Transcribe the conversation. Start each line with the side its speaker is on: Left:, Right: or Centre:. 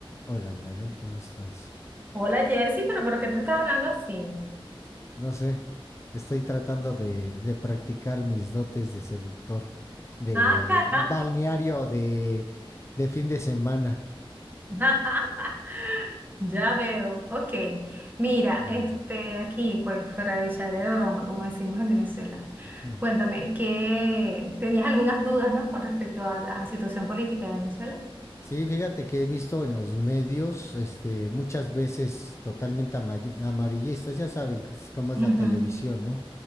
Left: Hola Mary, ¿cómo estás?
Right: Hola Jersey, pero ¿por qué tú estás hablando así?
Left: No sé, estoy tratando de, de practicar mis dotes de seductor, de
Right: Ah, caramba.
Left: balneario, de, de fin de semana.
Right: <laughs> Ya veo. Ok. Mira,
Left: Dime.
Right: este, aquí, pues, fuera de echar de broma, como decimos en Venezuela.
Left: Mm.
Right: Cuéntame, ¿qué tenías algunas dudas, ¿no? Con respecto a la situación política de Venezuela.
Left: Sí, fíjate que he visto en los medios, este, muchas veces totalmente ama- amarillistas, ya saben c- cómo es
Right: Ujú,
Left: la televisión, ¿no?